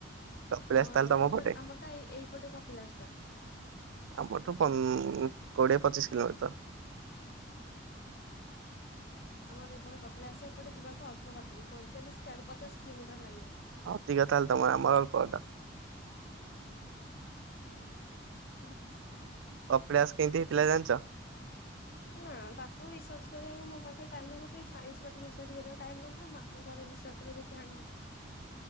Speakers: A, on the right (about 80°); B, on the left (about 50°).
A: କପିଳାସ
B: ହଁ
A: ତାହେଲେ
B: ଆମର
A: ତମ
B: ଏପଟେ
A: ପଟେ।
B: ଆମରଟା ଏଇ ଏଇପଟେ କପିଳାସ ଟା
A: ଆମଠୁ କୋଡ଼ିଏ ପଚିଶ କିଲୋମିଟର।
B: ଆମର ଏପଟେ କପିଳାସ ଏପଟେ ଯିବାକୁ ଅଳ୍ପ ବାଟ ବି ପଇଁଚାଳିଶ ଚାଳିଶ ପଚାଶ କିଲୋମିଟର ଲାଗିବ।
A: ଅଧିକ ତାହଲେ ତମର ଆମର
B: <unintelligible> ସେ
A: ବାଟ
B: ବୁଢ଼ା
A: କପିଳାସ
B: <unintelligible>
A: କେମିତି ହେଇଥିଲା ଜାଣିଛ?
B: ନା ତାକୁ ରିସର୍ଚ୍ଚ କରିବାକୁ ମୋ ପାଖେ ଟାଇମ୍ ନାହିଁ ମତେ ସାଇନ୍ସ ପାଠରେ ରିସର୍ଚ୍ଚ କରିବା ଟାଇମ୍ ନଥିଲା ଆକୁ କୁଆଡ଼େ ରିସର୍ଚ କରି ଆଣିବି।